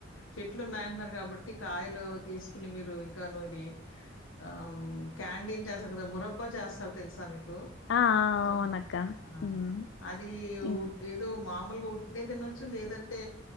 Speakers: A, on the left; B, on the left.
A: చెట్లు ఉన్నాయంటున్నారు కాబట్టి కాయలు తీసుకుని మీరు ఇంకా ను ఇది ఆ క్యాడిల్ చేస్తారు కదా మురబ్బా చేస్తారు తెలుసా మీకు
B: ఆ ఆ
A: ఓ
B: అవునక్క
A: ఆ
B: ఉమ్
A: అది ఉవుట్
B: ఇం
A: ఏదో మామూలుగా ఉట్టినే తినొచ్చు లేదంటే